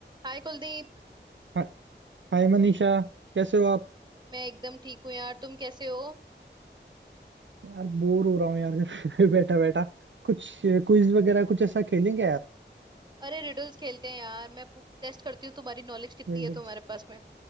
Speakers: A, on the right; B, on the right.
A: हाय कुलदीप
B: हा- हाय मनीषा कैसे हो आप
A: मैं एकदम ठीक हूँ यार तुम कैसे हो
B: यार बोर हो रहा हूँ यार घर पे <laughs> बैठा बैठा कुछ क्विज वगैरह कुछ ऐसा खेलेंगे यार
A: अरे रिडल्स खेलते हैं यार मैं टेस्ट करती हूँ तुम्हारी नॉलेज कितनी
B: रिडल्स
A: है तुम्हारे पास में